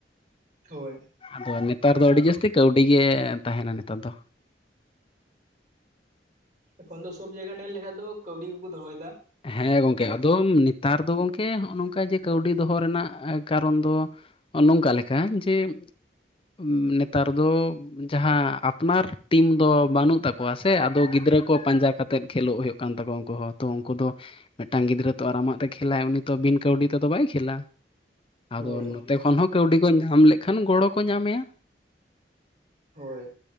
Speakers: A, on the right (about 45°); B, on the left (about 30°).
A: ᱦᱳᱭ,
B: ᱟᱫᱚ ᱱᱮᱛᱟᱨ ᱫᱚ, ᱟᱹᱰᱤ ᱡᱟᱹᱥᱛᱤ ᱠᱟᱹᱣᱰᱤ ᱜᱮ ᱛᱟᱦᱮᱱᱟ ᱱᱮᱛᱟᱨ ᱫᱚ᱾
A: ᱮᱠᱷᱚᱱ ᱫᱚ ᱥᱚᱵ ᱡᱟᱭᱜᱟ ᱧᱮᱞ ᱞᱮᱠᱷᱟᱡ ᱫᱚ, ᱠᱟᱹᱣᱰᱤ ᱜᱮᱠᱚ ᱫᱚᱦᱚᱭᱫᱟ᱾
B: ᱦᱮᱸ ᱜᱚᱝᱠᱮ ᱟᱫᱚᱢ ᱱᱮᱛᱟᱨ ᱫᱚ, ᱜᱚᱝᱠᱮ ᱦᱚᱸᱜ ᱱᱚᱝᱠᱟ ᱡᱮ ᱠᱟᱹᱣᱰᱤ ᱫᱚᱦᱚ ᱨᱮᱱᱟᱜ, ᱠᱟᱨᱚᱱ ᱫᱚ ᱱᱚᱝᱠᱟ ᱞᱮᱠᱟ ᱡᱮ ᱩᱢ ᱱᱮᱛᱟᱨ ᱫᱚ ᱡᱟᱦᱟᱸ ᱟᱯᱱᱟᱨ ᱴᱤᱢ ᱫᱚ ᱵᱟᱹᱱᱩᱜ ᱛᱟᱠᱚᱣᱟ ᱥᱮ, ᱟᱫᱚ ᱜᱤᱫᱽᱨᱟᱹ ᱠᱚ ᱯᱟᱸᱡᱟ ᱠᱟᱛᱮᱫ ᱠᱷᱮᱞᱳᱜ ᱦᱳᱭᱳᱜ ᱠᱟᱱ ᱛᱟᱠᱚᱣᱟ ᱩᱱᱠᱩ ᱦᱚᱸ, ᱛᱚ ᱩᱱᱠᱩ ᱫᱚ ᱢᱤᱫᱴᱟᱝ ᱜᱤᱫᱽᱨᱟᱹ ᱛᱚ ᱟᱨ ᱟᱢᱟᱜ ᱛᱮ ᱠᱷᱮᱞᱟᱭ, ᱩᱱᱤ ᱛᱚ ᱵᱤᱱ ᱠᱟᱹᱣᱰᱤ ᱛᱮᱫᱚ ᱵᱟᱭ ᱠᱷᱮᱞᱟ᱾ ᱟᱫᱚ
A: ᱦᱳᱭ
B: ᱱᱚᱛᱮ ᱠᱷᱚᱱ ᱦᱚᱸ ᱠᱟᱹᱣᱰᱤ ᱠᱚ, ᱧᱟᱢ ᱞᱮᱠᱷᱟᱱ ᱜᱚᱲᱚ ᱠᱚ ᱧᱟᱢᱮᱭᱟ᱾
A: ᱦᱳᱭ